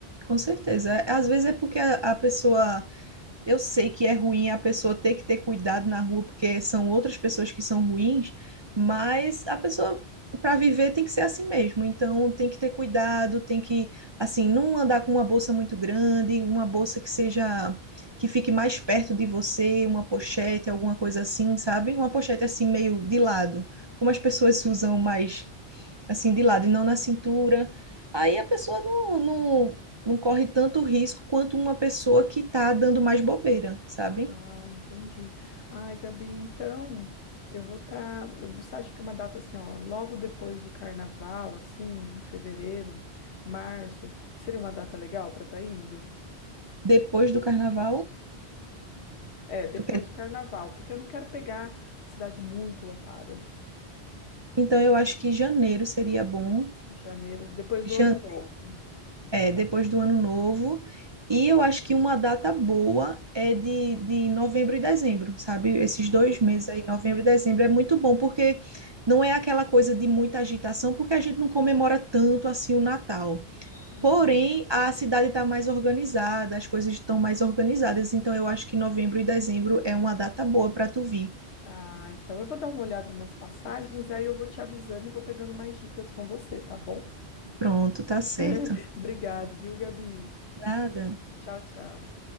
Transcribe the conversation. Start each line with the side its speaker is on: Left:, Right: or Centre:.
Right: Com certeza. Às vezes é porque a, a pessoa Eu sei que é ruim a pessoa ter que ter cuidado na rua, porque são outras pessoas que são ruins, mas a pessoa, para viver, tem que ser assim mesmo. Então, tem que ter cuidado, tem que, assim, não andar com uma bolsa muito grande, uma bolsa que seja, que fique mais perto de você, uma pochete, alguma coisa assim, sabe? Uma pochete assim, meio de lado, como as pessoas usam mais assim, de lado e não na cintura. Aí a pessoa não, não, não corre tanto risco quanto uma pessoa que tá dando mais bobeira, sabe?
Left: Ah, entendi. Ai, Gabi, então eu vou estar. Você acha que uma data assim, ó, logo depois do carnaval, assim, em fevereiro, março, seria uma data legal para estar indo?
Right: Depois do carnaval,
Left: É, depois
Right: tu quer...
Left: do carnaval, porque eu não quero pegar cidade muito lotada.
Right: Então eu acho que janeiro seria bom,
Left: Janeiro, depois do
Right: jan...
Left: ano novo.
Right: é, depois do ano novo. E eu acho que uma data boa é de, de novembro e dezembro, sabe? Esses
Left: Ah,
Right: dois meses aí, novembro e dezembro, é muito bom, porque não é aquela coisa de muita agitação, porque a gente não comemora tanto assim o Natal.
Left: hum.
Right: Porém, a cidade está mais organizada, as coisas estão mais organizadas, então eu acho que novembro e dezembro é uma data boa para tu vir.
Left: Ah, então eu vou dar uma olhada nas passagens, aí eu vou te avisando e vou pegando mais dicas com você, tá bom?
Right: Pronto, tá certo.
Left: <laughs> Obrigado, viu, Gabi?
Right: Nada.
Left: Tchau, tchau.